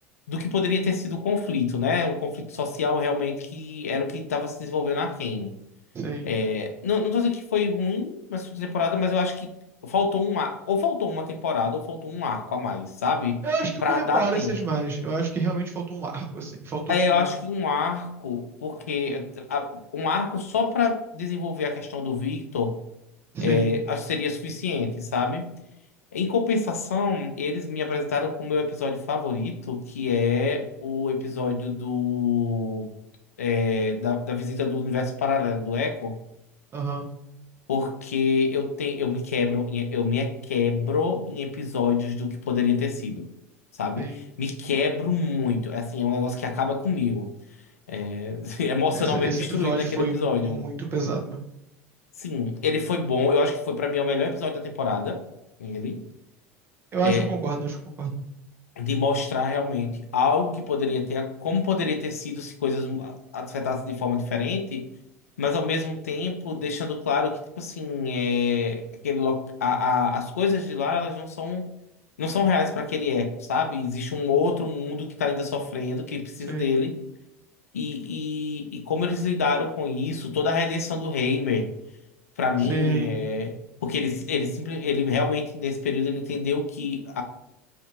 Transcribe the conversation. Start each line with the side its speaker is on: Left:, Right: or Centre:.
Left: do que poderia ter sido o conflito, né? Um conflito social realmente que era o que estava se desenvolvendo na Arcane.
Right: sim.
Left: É, não, não tô dizendo que foi ruim nessa última temporada, mas eu acho que faltou um ar, ou faltou uma temporada, ou faltou um arco a mais, sabe?
Right: Eu acho que
Left: Pra
Right: uma temporada
Left: dar tempo.
Right: seria demais. Eu acho que realmente faltou um arco, assim. Faltou,
Left: É,
Right: tipo.
Left: eu acho que um arco, porque a- um arco só pra desenvolver a questão do Victor.
Right: Sim,
Left: É, acho que seria suficiente, sabe? Em compensação, eles me apresentaram com o meu episódio favorito, que é o episódio do é, da, da visita do universo paralelo do Echo,
Right: aham,
Left: porque eu tenho eu me quebro em- eu me quebro em episódios do que poderia ter sido, sabe?
Right: sim.
Left: Me quebro muito, É assim, é um negócio que acaba comigo, é, <laughs> emocionalmente
Right: Esse, esse
Left: destruído
Right: episódio
Left: naquele
Right: foi
Left: episódio.
Right: muito pesado mesmo.
Left: Sim, ele foi bom, eu acho que foi pra mim é o melhor episódio da temporada. Ele.
Right: Eu
Left: é
Right: acho que eu concordo, acho que eu concordo.
Left: de mostrar realmente algo que poderia ter, como poderia ter sido se coisas afetassem de forma diferente, mas ao mesmo tempo deixando claro que, tipo assim, é, aquele, lo- a, a- as coisas de lá, elas não são, não são reais para aquele eco, sabe? Existe um outro mundo que tá ainda sofrendo, que precisa
Right: Sim,
Left: dele, e, e, e como eles lidaram com isso, toda a redenção do Heimer, para mim,
Right: sim,
Left: é... Porque ele, ele, simple- ele realmente, nesse período, ele entendeu que